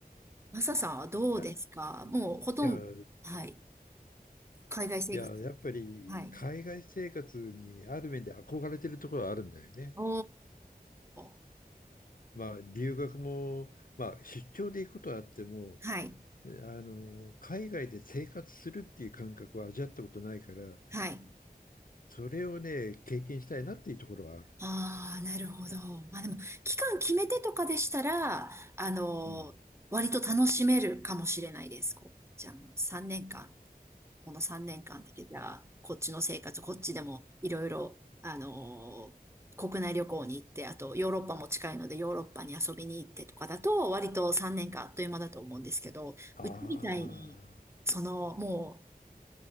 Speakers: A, on the right; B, on the left.
A: マサさんはどうですかもうほとんど、
B: いや、いや、
A: はい。海外生活。
B: いや、やっぱり海外生活にある面で憧れてるところはあるんだよね。
A: はい。おー。
B: まあ、留学も、まあ、出張で行くことはあっても、
A: はい。
B: あの、海外で生活するっていう感覚は味わったことないから、
A: はい。
B: それをね、経験したいなっていうところはある。
A: ああ、なるほど。まあでも、期間決めてとかでしたら、あの割と楽しめるかもしれないです。
B: うん。
A: こう、じゃあもう3年間。この3年間だけじゃこっちの生活、こっちでもいろいろ、あのー国内旅行に行って、あとヨーロッパも近いのでヨーロッパに遊びに行ってとかだと、割と3年間あっという間だと思うんですけど、
B: ああ、
A: うちみたいに、その、も